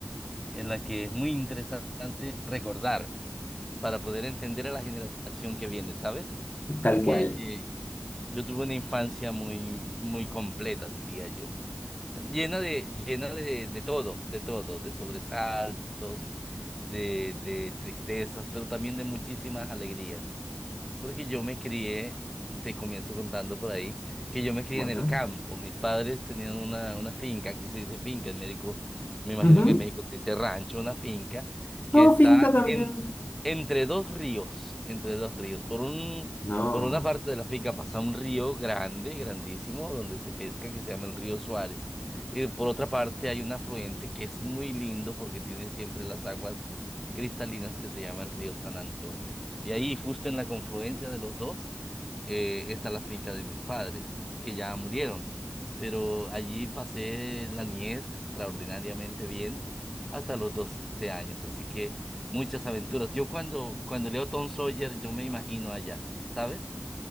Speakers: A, in the centre; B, on the left.
A: en la que es muy interesante recordar para poder entender a la generación que viene, ¿sabes?
B: tal
A: Porque
B: cual.
A: eh, yo tuve una infancia muy, muy completa, diría yo. Llena de, llena de, de todo, de todo, de sobresaltos, de, de tristezas, pero también de muchísimas alegrías. Porque yo me crié, te comienzo contando por ahí, que yo me crié
B: Bueno.
A: en el campo. Mis padres tenían una, una finca, aquí se dice finca, en México, me imagino
B: Ujú.
A: que en México se dice rancho, una finca, que
B: No,
A: está
B: finca también.
A: en, entre dos ríos, entre dos ríos. Por un,
B: No,
A: por una parte de la finca pasa un río grande, grandísimo, donde se pesca, que se llama el río Suárez. Y por otra parte hay un afluente que es muy lindo porque tiene siempre las aguas cristalinas que se llama el río San Antonio. Y ahí, justo en la confluencia de los dos, eh, está la finca de mis padres, que ya murieron. Pero allí pasé la niñez extraordinariamente bien hasta los 12 años. Así que muchas aventuras. Yo cuando, cuando leo Tom Sawyer, yo me imagino allá, ¿sabes?